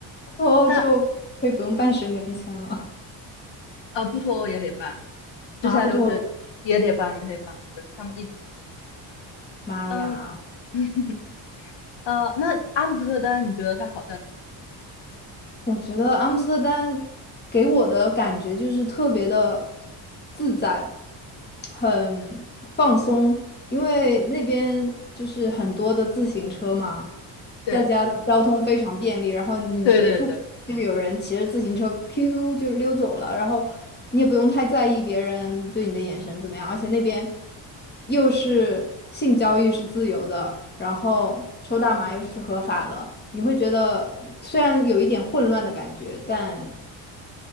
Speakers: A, on the left (about 20°); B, on the left (about 65°).
A: 脱欧就可以不用办申根签了
B: 但呃不脱欧也得办。
A: 啊！
B: 之前留学也得办，
A: 不脱欧
B: 也得办。对，他们一直，
A: 妈呀！
B: 嗯，<laughs> 呃，那阿姆斯特丹，你觉得它好在哪？
A: 我觉得阿姆斯特丹给我的感觉就是特别的自在，很放松，因为那边就是很多的自行车嘛，
B: 对，
A: 大家的交通非常便利，然后你随处就有人骑着自行车，
B: 对对对，
A: 噗就溜走了，然后你也不用太在意别人对你的眼神怎么样，而且那边又是性交易是自由的，然后抽大麻又是合法的，你会觉得虽然有一点混乱的感觉，但